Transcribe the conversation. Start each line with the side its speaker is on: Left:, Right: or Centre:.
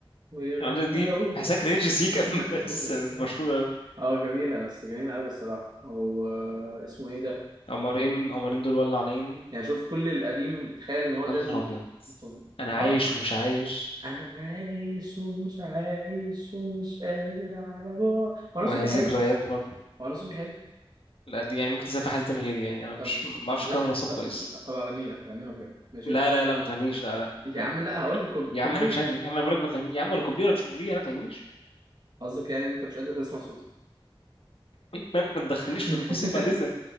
Right: وغلاوتك
Left: انا عارف دي بحسها كرينج سيكا <laughs>
Right: <laughs>
Left: بس مشهوره قوي
Right: اه جميلة بس جميلة أوي الصراحة هو آه، اسمه إيه ده؟
Left: قمرين قمرين دول ولعانين
Right: يعني شوف كل القديم تخيل إن هو ده
Left: يا نهار
Right: ال...
Left: ابيض انا
Right: آه
Left: عايش ومش عايش
Right: أنا عايش ومش عايش ومش قادر على بعض هو أنا
Left: وهي
Right: صوتي
Left: ذكريات
Right: حلو؟
Left: برضه
Right: هو أنا صوتي حلو؟
Left: لا دي يعني ممكن تسافر حد تاني غيري يعني انا مش
Right: طب
Left: ما بعرفش
Right: لا
Left: اقيم الاصوات
Right: طب
Left: كويس
Right: طب أغني لك أغني لك بجد ماشي؟
Left: لا لا لا ما تغنيش لا لا
Right: يا
Left: لا
Right: عم لا هقول لك كوب...
Left: يا
Right: كوبليه
Left: عم انا مش هغني يا عم انا بقولك ما تغنيش يا عم ولا كوبليه ولا مش كوبليه انا ما تغنيش
Right: قصدك يعني أنت مش قادر تسمع صوتك
Left: مالك ما تدخلنيش
Right: <laughs>
Left: في تفاصيل بعد اذنك